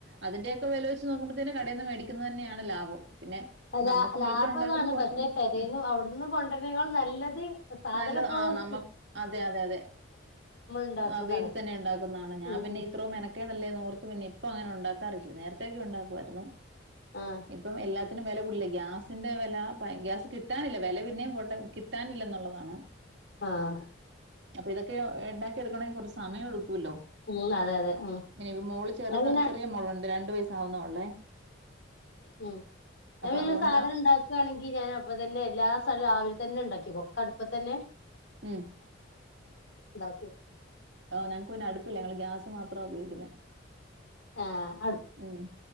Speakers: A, on the right (about 60°); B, on the left (about 65°).
A: അതിൻ്റെക്ക വിലവെച്ചു നോക്കുമ്പോ തന്നെ കടയിന്ന് മേടിക്കുന്നത് തന്നയാണ് ലാഭം പിന്നെ
B: ലാ
A: നമുക്ക്
B: ലാഭ
A: വീട്ടിൽ ഉണ്ടാക്കുമ്പോ
B: അതാണ്
A: കുറച്ചുകൂടി
B: പശെ പെരെന്ന്
A: ഉം
B: അവിടെന്ന് കൊണ്ടുരു നല്ലത് സാധനിപ്പോ
A: നല്ലത് ആ നമ്മ
B: <unintelligible>
A: അതെ അതെ അതെ
B: ഇണ്ടാക്കണതാണ്
A: ആ വീട്ടിൽ തന്നെ ഇണ്ടാക്കുന്നയാണ് ഞാൻ
B: ഉം
A: പിന്നെ
B: ഉം
A: ഇത്രോം മെനകേടല്ലേ ഓർത്ത് പിന്നെ ഇപ്പോ ഞാൻ ഉണ്ടാകാറില്ല നേരത്തെക്കെ ഉണ്ടാക്കുവായിരുന്നു
B: ആഹ്
A: ഇപ്പം എല്ലാത്തിനും വില കൂടിയില്ലേ ഗ്യാസിൻ്റെ വില പയ ഗ്യാസ് കി കിട്ടാനില്ല വില പിന്നെയും കൊണ്ട കിട്ടാനില്ലന്നുള്ളതാണ്
B: ആഹ
A: ഇതെക്കെ ഇണ്ടാക്കി എടുകണമെങ്കിൽ കുറച്ച് സമയമെടു
B: ഉം അതെ അതെ ഉം
A: ഇനിപ്പം മോള് ചെറുതാ
B: ഞാൻ പിന്നെ
A: ചെറിയ മോളാ രണ്ട് വയസ <unintelligible>
B: ഉം
A: അതുകൊണ്ട്
B: സാധനം ഉണ്ടാകാണെങ്കിൽ ഇപ്പതന്നെ എല്ലാം സലം രാവിലെ തന്നെ ഇണ്ടാക്കി ഒക്കെ അടുപ്പ തന്നെ
A: ഉം
B: <unintelligible>
A: ഞങ്ങക്ക് പിന്നെ അടുപ്പില്ല ഞങ്ങള് ഗ്യാസ് മാത്രാ ഉപയോഗിക്കുന്നെ
B: ആഹ
A: ഉം